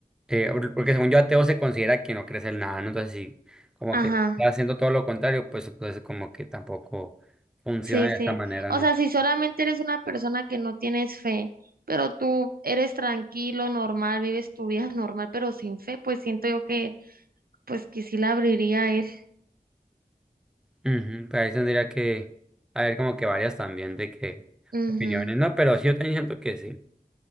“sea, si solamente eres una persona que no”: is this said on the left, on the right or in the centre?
Right